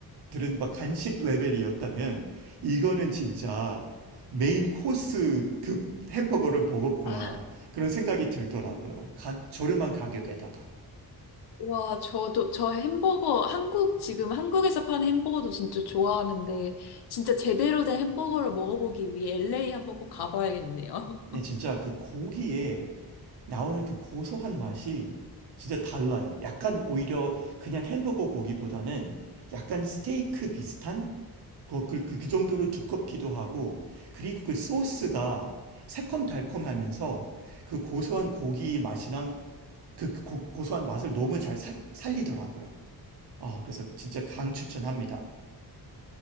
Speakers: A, on the right (about 80°); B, on the left (about 80°).
A: 들은 막 간식 레벨이었다면 이거는 진짜 메인 코스급 햄버거를 먹었구나
B: 아,
A: 그런 생각이 들더라고요. 가- 저렴한 가격에다가.
B: 와, 저도, 저 햄버거, 한국, 지금 한국에서 파는 햄버거도 진짜 좋아하는데, 진짜 제대로 된 햄버거를 먹어보기 위해 LA 한번 꼭 가봐야겠네요.
A: 네, 진짜 그 고기에 나오는 그 고소한 맛이 진짜 달라요. 약간 오히려 그냥 햄버거 고기보다는 약간 스테이크 비슷한 그, 그, 그- 그 정도로 두껍기도 하고 그리고 그 소스가 새콤달콤하면서 그 고소한 고기 맛이랑 그 그 고, 고소한 맛을 너무 잘 살, 살리더라고요. 어, 그래서 진짜 강 추천합니다.